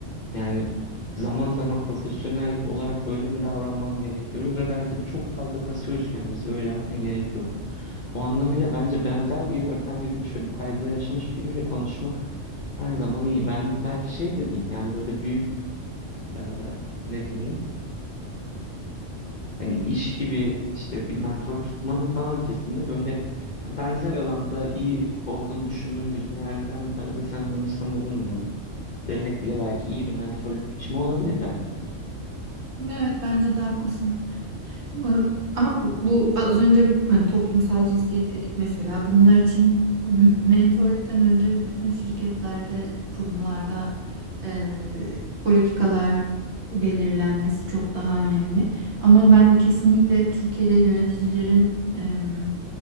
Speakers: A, on the left; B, on the right.
A: yani zaman zaman profesyonel olarak böyle mi davranmam gerek diyoruz ve belki de çok fazla kasıyoruz kendimizi ve öyle yapmaya gerek yok. O anlamıyla bence benzer bir yerden yürümüş ve bu kaygıları yaşamış biriyle konuşmak her zaman iyi. Ben belki şey de değil yani böyle büyük e, ne diyelim Hani iş gibi işte bir mentor tutmanın falan ötesinde böyle benzer alanda iyi olduğunu düşündüğüm birine yani ben arada sana danışsam olur mu demek bile belki iyi bir mentorluk biçimi olabilir belki de.
B: Evet bence de haklısın. Iı, Ama bu, bu az önce yani toplumsal cinsiyet dedik mesela. Bunlar için <laughs> mentorluktan önce bütün şirketlerde, kurumlarda eee, politikalar belirlenmesi çok daha önemli. Ama ben kesinlikle Türkiye'de yöneticilerin em,